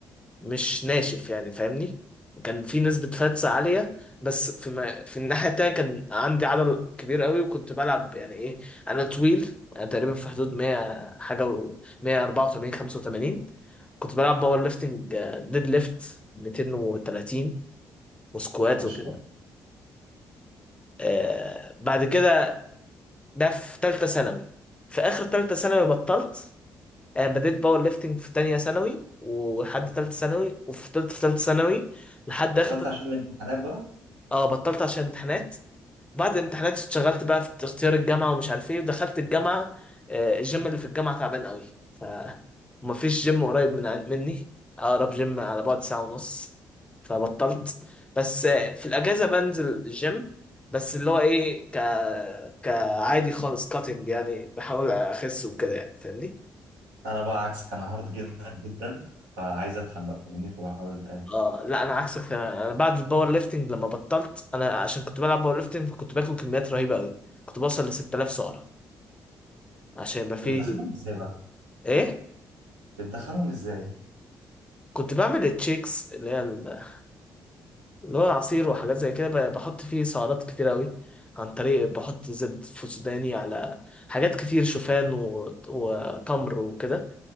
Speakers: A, on the left; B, on the right.
A: مش ناشف يعني فاهمني وكان في نسبة فاتس عالية بس في ما في الناحية التانية كان عندي عضل كبير قوي وكنت بلعب يعني ايه انا طويل انا تقريبا في حدود 100 حاجة و 184 85 كنت بلعب باور ليفتنج آه، ديد ليفت 230 وسكوات
B: عشان
A: وكده آه بعد كده ده في تالتة ثانوي في اخر تالتة ثانوي بطلت آه بديت باور ليفتنج في تانية ثانوي ولحد تالتة ثانوي وفضلت في تالتة ثانوي لحد
B: بطلت
A: اخر
B: عشان الامتحانات بقى
A: اه بطلت عشان امتحانات بعد الامتحانات اشتغلت بقى في اختيار الجامعة ومش عارف ايه ودخلت الجامعة آه، الجيم اللي في الجامعة تعبان قوي فمفيش جيم قريب من عن- مني أقرب جيم على بعد ساعة ونص فبطلت بس آه، في الأجازة بنزل الجيم بس اللي هو ايه ك كعادي خالص كاتنج يعني بحاول أخس وكده يعني فاهمني
B: انا بقى عكسك انا هارد جدا جدا فعايز اتخن بقى فاهمني فبحاول أقابل.
A: اه لا انا عكسك انا, أنا بعد الباور ليفتنج لما بطلت انا عشان كنت بلعب باور ليفتنج كنت باكل كميات رهيبه قوي كنت بوصل ل 6000 سعره عشان يبقى فيه
B: طب بتدخلهم ازاي بقى
A: ايه
B: بتدخلهم ازاي
A: كنت بعمل التشيكس اللي هي ال- اللي هو العصير وحاجات زي كده ب- بحط فيه سعرات كتير قوي عن طريق بحط زبد فسوداني على حاجات كتير شوفان و- وتمر وكده